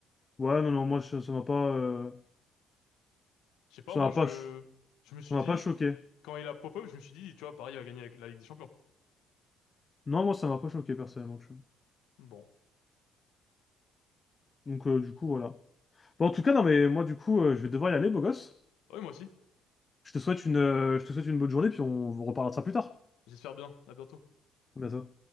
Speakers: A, on the left (about 25°); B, on the left (about 85°).
A: Ouais, non, non, moi, ça ça m'a pas... euh,
B: Je sais pas,
A: Ça
B: moi
A: m'a
B: je,
A: pas... cho-
B: je me
A: Ça
B: suis
A: m'a
B: dit.
A: pas choqué.
B: quand il a pop-up, je me suis dit, tu vois, Paris va gagner la la Ligue des Champions.
A: Non, moi, ça m'a pas choqué, personnellement, tu vois.
B: Bon.
A: Donc, euh, du coup, voilà. Bon, en tout cas, non, mais moi, du coup, euh, je vais devoir y aller, beau gosse.
B: Ah Oui, moi aussi.
A: Je te souhaite une, euh, je te souhaite une bonne journée, puis on vous reparlera de ça plus tard.
B: J'espère bien. À bientôt.
A: À bientôt.